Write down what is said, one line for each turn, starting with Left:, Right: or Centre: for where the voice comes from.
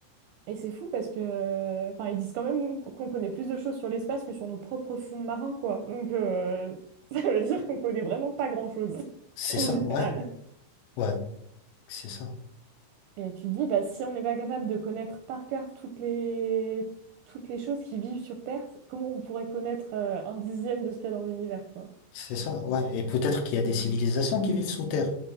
Right: Et c'est fou parce que, euh, enfin, ils disent quand même qu'on connaît plus de choses sur l'espace que sur nos propres fonds marins, quoi. Donc, euh, <laughs> ça veut dire qu'on connaît vraiment pas grand-chose, <laughs>
Left: C'est
Right: en
Left: ça,
Right: général.
Left: ouais, ouais, c'est ça.
Right: Et tu te dis, bah, si on n'est pas capable de connaître par cœur toutes les, toutes les choses qui vivent sur Terre, comment on pourrait connaître euh, un dixième de ce qu'il y a dans l'univers, quoi?
Left: C'est ça, ouais. Et peut-être qu'il y a des civilisations qui vivent sous terre.